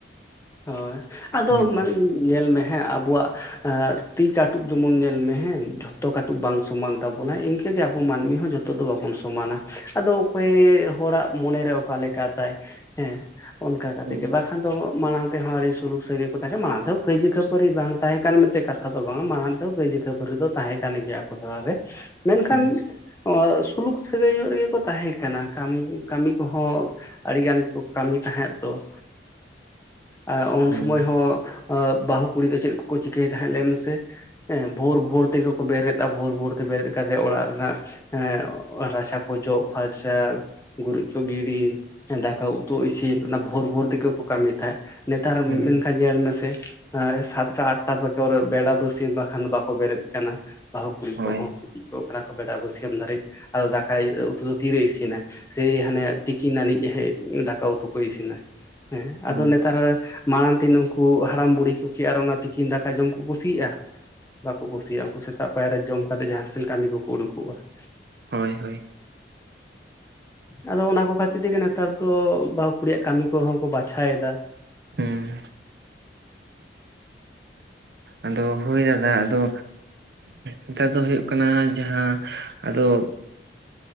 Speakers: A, on the left; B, on the right.
A: ᱦᱳᱭ, ᱟᱫᱚ
B: ᱦᱩᱸ
A: ᱢᱟᱱᱮ ᱧᱮᱞ ᱢᱮ ᱦᱮᱸ ᱟᱵᱚᱣᱟᱜ ᱟᱹᱜ ᱛᱤ ᱠᱟᱹᱴᱩᱵ ᱡᱮᱢᱚᱱ ᱧᱮᱞ ᱢᱮ ᱦᱮᱸ ᱡᱷᱚᱛᱚ ᱠᱟᱹᱴᱩᱵ ᱵᱟᱝ ᱥᱚᱢᱟᱱ ᱛᱟᱵᱚᱱᱟ, ᱤᱱᱠᱟᱹᱜᱮ ᱟᱵᱚ ᱢᱟᱹᱱᱢᱤ ᱦᱚᱸ ᱡᱚᱛᱚ ᱫᱚ ᱵᱟᱵᱚᱱ ᱥᱚᱢᱟᱱᱟ ᱾ ᱟᱫᱚ ᱚᱠᱚᱭ ᱦᱚᱲᱟᱜ ᱢᱚᱱᱮᱨᱮ ᱚᱠᱟ ᱞᱮᱠᱟ ᱛᱟᱭ ᱦᱮᱸ ᱚᱱᱠᱟ ᱠᱟᱛᱮᱜ
B: ᱦᱩᱸ
A: ᱜᱮ ᱵᱟᱠᱷᱟᱱ ᱫᱚ ᱢᱟᱲᱟᱝ ᱛᱮᱦᱚᱸ ᱟᱹᱰᱤ ᱥᱩᱞᱩᱠ ᱥᱟᱹᱜᱟᱹᱭ ᱠᱚ ᱛᱟᱦᱮᱸ ᱠᱟᱱᱟ, ᱢᱟᱲᱟᱝ ᱛᱮᱦᱚᱸ ᱠᱟᱹᱭᱡᱟᱹ ᱠᱷᱟᱹᱯᱟᱹᱨᱤ ᱵᱟᱝ ᱛᱟᱦᱮᱸ ᱠᱟᱱ ᱢᱮᱱᱛᱮ ᱠᱟᱛᱷᱟ ᱫᱚ ᱵᱟᱝ ᱾ ᱢᱟᱲᱟᱝ ᱛᱮ ᱡᱚᱸ ᱠᱟᱹᱭᱡᱟᱹ ᱠᱷᱟᱹᱯᱟᱹᱨᱤ ᱫᱚ ᱛᱟᱦᱮᱸ ᱠᱟᱱ ᱜᱮᱭᱟ ᱟᱠᱚ ᱛᱟᱞᱟᱨᱮ᱾ ᱢᱮᱱᱠᱷᱟᱱ
B: ᱦᱩᱸ
A: ᱚᱸ ᱥᱩᱞᱩᱠ ᱥᱟᱹᱜᱟᱹᱭ ᱧᱚᱜ ᱨᱮᱜᱮ ᱠᱚ ᱛᱟᱦᱮᱸ ᱠᱟᱱᱟ ᱾ ᱠᱟᱹᱢᱤ ᱠᱟ. ᱢᱤ ᱠᱚᱦᱚᱸ ᱟᱹᱰᱤᱜᱟᱱ ᱜᱮᱠᱚ ᱠᱟᱹᱢᱤ ᱛᱟᱦᱮᱸᱜ ᱛᱚ ᱾ ᱟᱨ ᱩᱱ
B: ᱦᱳᱭ
A: ᱥᱚᱢᱚᱭ ᱦᱚᱸ ᱵᱟᱹᱦᱩ ᱠᱩᱲᱤ ᱫᱚ ᱪᱮᱫ ᱠᱚᱠᱚ ᱪᱤᱠᱟᱹᱭ ᱛᱟᱦᱮᱸᱫ ᱞᱟᱹᱭ ᱢᱮᱥᱮ? ᱦᱮᱸ ᱵᱷᱳᱨ ᱵᱷᱳᱨ ᱛᱮᱜᱮ ᱠᱚ ᱵᱮᱨᱮᱫᱼᱟ, ᱵᱷᱳᱨ ᱵᱷᱳᱨ ᱛᱮ ᱵᱮᱨᱮᱫ ᱠᱟᱛᱮᱜ ᱚᱲᱟᱜ ᱨᱮᱱᱟᱜ ᱮᱸᱜ ᱨᱟᱪᱟ ᱠᱚ ᱡᱚᱜ ᱯᱷᱟᱨᱪᱟ, ᱜᱩᱨᱤᱡ ᱡᱚ ᱜᱤᱰᱤ, ᱦᱮᱸ ᱫᱟᱠᱟ ᱩᱛᱩ ᱤᱥᱤᱱ ᱚᱱᱟ ᱵᱷᱳᱨ ᱵᱷᱳᱨ ᱛᱮᱜᱮ ᱠᱚ ᱠᱟᱹᱢᱤᱭᱮᱫ ᱛᱟᱦᱮᱸᱫ ᱾ ᱱᱮᱛᱟᱨ ᱢᱮᱱᱠᱷᱟᱱ
B: ᱦᱩᱸ
A: ᱧᱮᱞ ᱢᱮᱥᱮ ᱾ ᱮᱸ ᱥᱟᱛᱴᱟ ᱟᱴᱴᱟ ᱵᱮᱜᱚᱨ ᱵᱮᱲᱟ ᱵᱟᱹᱥᱭᱟᱹᱢ ᱵᱟᱠᱷᱟᱱ ᱵᱟᱠᱚ ᱵᱮᱨᱮᱫ ᱠᱟᱱᱟ, ᱵᱟᱹᱦᱩ ᱠᱩᱲᱤ
B: ᱦᱳᱭ
A: ᱠᱚᱦᱚᱸ ᱠᱟᱴᱤᱡ ᱠᱟᱱᱟ ᱠᱚ ᱵᱮᱲᱟ ᱵᱟᱹᱭᱟᱹᱢ ᱫᱷᱟᱹᱨᱤᱡ, ᱟᱫᱚ ᱫᱟᱠᱟ ᱩᱛᱩ ᱫᱚ ᱛᱤᱨᱮ ᱤᱥᱤᱱᱟ ᱾ ᱥᱮᱭ ᱦᱟᱱᱮ ᱛᱤᱠᱤᱱ ᱟᱹᱱᱤᱡ ᱫᱟᱠᱟ ᱩᱛᱩ ᱠᱚ ᱤᱥᱤᱱᱟ ᱾ ᱦᱮᱸ ᱟᱫᱚ
B: ᱦᱩᱸ
A: ᱱᱮᱛᱟᱨ ᱢᱟᱲᱟᱝ ᱛᱮ ᱩᱱᱠᱩ ᱦᱟᱲᱟᱢ ᱵᱩᱲᱦᱤ ᱠᱚ ᱟᱨ ᱚᱱᱟ ᱛᱤᱠᱤᱱ ᱫᱟᱠᱟ ᱡᱚᱢ ᱠᱚ ᱠᱩᱥᱤᱭᱟᱜᱼᱟ? ᱵᱟᱠᱚ ᱠᱩᱥᱤᱭᱟᱜᱼᱟ ᱾ ᱩᱱᱠᱩ ᱥᱮᱛᱟᱜ ᱯᱟᱭᱟᱨ ᱨᱮ ᱡᱚᱢ ᱠᱟᱛᱮ ᱡᱟᱦᱟᱸ ᱥᱮᱱ ᱠᱟᱹᱢᱤ ᱠᱚ ᱩᱰᱩᱠᱚᱜᱼᱟ ᱾
B: ᱦᱳᱭ ᱦᱳᱭ
A: ᱟᱫᱚ ᱚᱱᱟ ᱠᱚ ᱠᱷᱟᱭᱤᱨ ᱛᱮᱜᱮ ᱱᱮᱛᱟᱨ ᱫᱚ ᱵᱟᱹᱦᱩ ᱠᱩᱲᱤᱭᱟᱜ ᱠᱟᱹᱢᱤ ᱠᱚ ᱵᱟᱼᱼ ᱼᱼᱪᱷᱟᱭᱮᱫᱟ ᱾
B: ᱦᱩᱸᱻ ᱟᱫᱚ ᱦᱳᱭ ᱫᱟᱫᱟ ᱟᱫᱚ ᱱᱮᱛᱟᱨ ᱫᱚ ᱦᱩᱭᱩᱜ ᱠᱟᱱᱟ ᱡᱟᱦᱟᱸ ᱟᱫᱚ